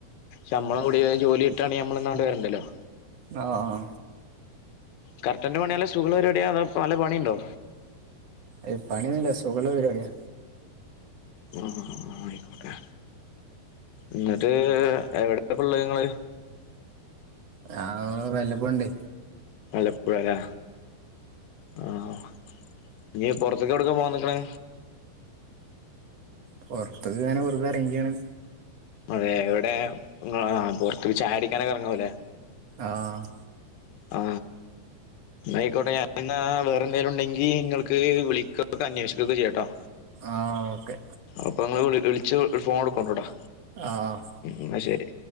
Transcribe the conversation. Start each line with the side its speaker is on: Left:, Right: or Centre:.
Left: ശമ്പളം കൂടി ജോലി കിട്ടാണെങ്കിൽ ന്നാ നമ്മളങ്ങട്ട് വരണ്ടല്ലോ
Right: ആ ആ ആ
Left: കർട്ടന്റെ പണി നല്ല സുഖമുള്ള പരിപാടിയാണോ നല്ല പണിണ്ടോ
Right: ഐന് പണിയൊന്നൂല്ല സുഖുള്ള പരിപാടിയാ
Left: ആഹ് ആയിക്കോട്ടെ എന്നട്ട് എവിടെപ്പള്ളേങ്ങള്
Right: ഞാൻ വല്ല പ്പണ്ട്
Left: ആലപ്പുഴേല്ലാ ആഹാ നീ പൊറത്തെക്കെവടുക്കാ പോകാൻ നിക്കണേ
Right: പൊറത്തോക്കങ്ങനെ വെറുതെ എറങ്ങീക്കാണ്
Left: അതെ എവടെ ങ്ങള് പൊറത്തക്ക് ചായടിക്കാനൊക്കെ എറങ്ങൂലെ
Right: ആഹ്
Left: ആ ആയിക്കോട്ടെ ഞാൻ വേറെന്തേലുണ്ടെങ്കി ങ്ങൾക്ക് വിളിക്കാ അന്വേഷിക്കൊക്കെ ചെയ്യാട്ടോ
Right: ആഹ് ഓക്കെ
Left: അപ്പൊ നിങ്ങള് വിളിച്ച് ഒരു ഫോൺ ഇട്കൊണ്ട് ട്ടൊ
Right: ആഹ്
Left: ന്നാശെരി